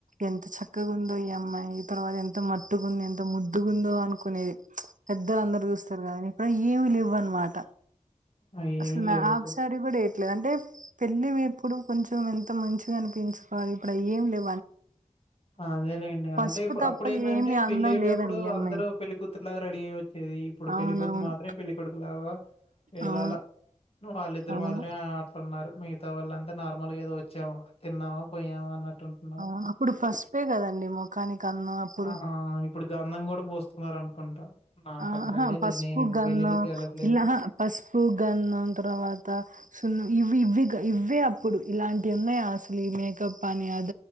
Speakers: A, on the right (about 75°); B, on the left (about 45°).
A: ఎంత చక్కగా ఉందో ఈ అమ్మాయి తర్వాత ఎం ఎంత మట్టుకుంది ఎంత ముద్దుగుందో అనుకునేది పెద్దలు అందరు చూస్తారు కద ఇప్పుడ ఏమి లేవ్వ అనమాట
B: అయి
A: అసలు
B: ఏమి
A: మా
B: లేవు
A: హాఫ్సరీ
B: ఇప్పుడు
A: కూడా వేయట్లేదు అంటే పెళ్ళి ఇప్పుడు కొంచెం ఎంత మంచిగా అనిపించకోవాలి ఇప్పుడు ఆ ఏం లే
B: అదేలేండి
A: పసుపు
B: అంటేప్పుడు
A: తప్ప
B: అప్పుడు ఏంటంటే
A: ఏమి అందం
B: పెళ్లియేటప్పుడు
A: లేదండి ఈ అమ్మాయికి
B: అందరు కూతురులాగా రెడీయ వచ్చేది ఇప్పుడు
A: అవునవును
B: పెళ్ళి కూతురు మాత్రమే పెళ్ళి కొడుకు లాగా ఏదో
A: అవును
B: అలా వాళ్ళిద్దరు
A: అవును
B: మాత్రమే ఆ అన్నారు మిగతా వాళ్ళ అంతా నార్మల్గా ఏదో వచ్చామా తిన్నావా పోయామా ఉన్నట్టుంటున్నారు
A: అవును అప్పుడు పసుపే కదండి ముఖానికి అందం అప్పుడు
B: ఆహా ఇప్పుడు గంధం కూడా పూస్తున్నారు అనుకుంటా నాకంత
A: ఆహా
B: ఐడియా
A: పసుపు
B: లేదు నేను ఇప్పుడు
A: గంధం
B: పెళ్ళిళ్ళకి వెళ్ళట్లేదు
A: ఇలాహా పసుపు గన్నం తర్వాత సున్నం ఇవి ఇవిగా ఇవే అప్పుడు ఇలాంటివి ఉన్నాయా అసలు ఈ మేకప్ అని అది